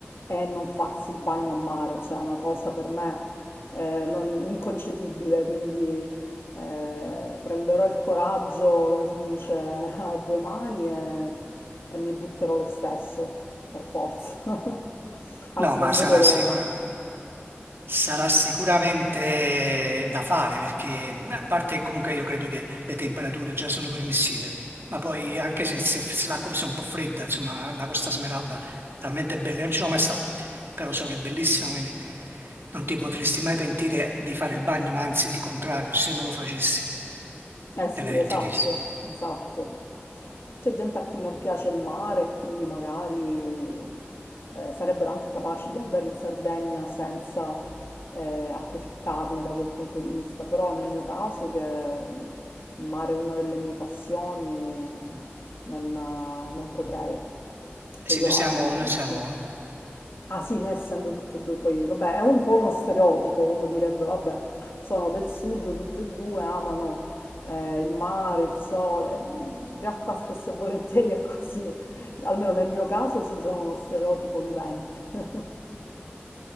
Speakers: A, on the left (about 70°); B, on the right (about 65°).
A: e non farsi il bagno a mare, cioè è una cosa per me eh, non- inconcepibile, quindi eh, prenderò il coraggio, come si dice, <laughs> a due mani e, e mi butterò lo stesso, per forza. <laughs> Anzi,
B: No, ma
A: non
B: sarà
A: vedo l'ora.
B: sicuro. Sarà sicuramente da fare perché, mh, a parte che comunque io credo che le temperature già sono permissive, ma poi anche se, se- se l'acqua fosse un po' fredda, insomma, la Costa Smeralda è talmente bella, io non ci sono mai stato, però so che è bellissima, quindi non ti potresti mai pentire di fare il bagno, ma anzi il contrario, se non lo facessi
A: Eh sì,
B: te ne pentiresti.
A: esatto, esatto. C'è gente a cui non piace il mare e quindi magari eh, sarebbero anche capaci di andare in Sardegna senza eh, approfittarne da quel punto di vista, però nel mio caso che il mare è una delle mie passioni non, non potrei. Cioè
B: Sì,
A: io,
B: noi siamo,
A: ah, mm,
B: noi siamo
A: sì. Ah sì, noi essendo tutte e due, poi, vabbè, è un po' uno stereotipo, uno direbbe, vabbè, sono del sud, tutte e due amano eh, il mare, il sole, in realtà spesso e volentieri è così, almeno nel mio caso sì, sono uno stereotipo vivente. <laughs>